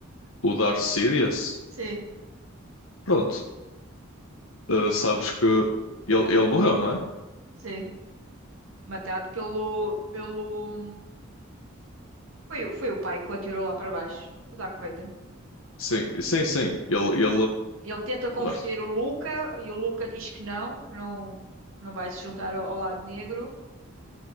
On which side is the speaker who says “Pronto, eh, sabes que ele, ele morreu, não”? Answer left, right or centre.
Left